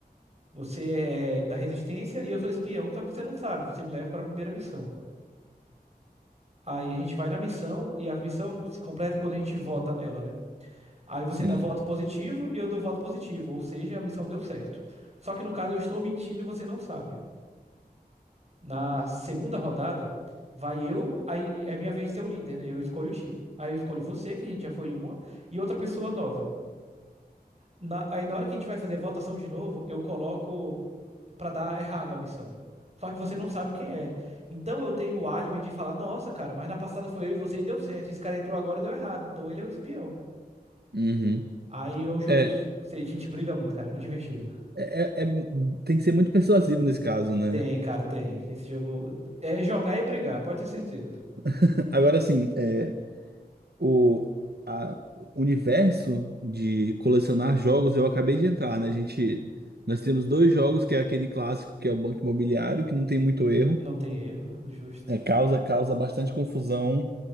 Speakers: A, on the right; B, on the right.
A: Você é da resistência e eu sou espião, só que você não sabe, você me leva para a primeira missão. Aí a gente vai na missão e a missão se completa quando a gente vota nela, né? Aí você
B: sim.
A: dá voto positivo e eu dou voto positivo, ou seja, a missão deu certo. Só que no caso eu estou mentindo e você não sabe. Na segunda rodada, vai eu, aí é minha vez de ser o líder, né? Eu escolho o time. Aí eu escolho você, que a gente já foi uma, e outra pessoa nova. Na- aí na hora que a gente vai fazer a votação de novo, eu coloco pra dar errado a missão. Só que você não sabe quem é. Então eu tenho o álibi de falar: nossa, cara, mas na passada foi eu e você e deu certo. Esse cara entrou agora e deu errado. Então ele é o espião.
B: Uhum.
A: Aí é um jogo,
B: É,
A: tipo, a gente briga muito, cara, é muito divertido.
B: é, é- é- tem que ser muito persuasivo nesse caso, né?
A: Tem, cara, tem. Esse jogo é jogar e brigar, pode ter certeza.
B: <laughs> Agora sim, é, o, a- o universo de colecionar jogos, eu acabei de entrar, né? A gente, nós temos dois jogos, que é aquele clássico, que é o Banco Imobiliário, que não tem muito erro.
A: Não tem erro, justo.
B: É, causa,
A: <laughs>
B: causa bastante confusão